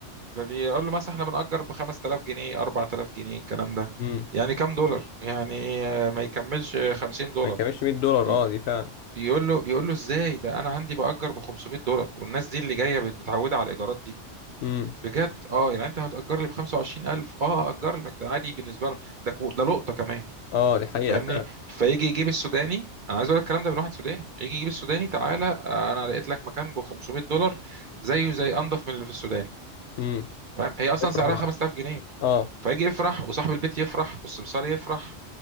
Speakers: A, on the right; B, on the left.
A: فبيقول له مثلا احنا بنأجر ب 5000 جنيه 4000 جنيه الكلام ده
B: امم
A: يعني كام دولار؟ يعني آه، ما يكملش 50 دولار
B: ما كانش 100 دولار
A: ي-
B: اه دي فعلا
A: يقول له يقول له ازاي ده انا عندي بأجر ب 500 دولار والناس دي اللي جايه بت- متعوده على الايجارات دي
B: امم
A: بجد اه يعني انت هتأجر لي ب 25000 اه أجر لك ده عادي بالنسبه له ده كو- ده لقطه كمان
B: اه دي حقيقة
A: فاهمني
B: فعلا
A: فيجي يجيب السوداني انا عايز اقول لك الكلام ده من واحد سوداني يجي يجيب السوداني تعالى آه، انا لقيت لك مكان ب 500 دولار زيه زي انضف من اللي في السودان
B: امم
A: فاهم هي اصلا
B: افرح
A: سعرها
B: بقى
A: 5000 جنيه
B: اه
A: فيجي يفرح وصاحب البيت يفرح والسمسار يفرح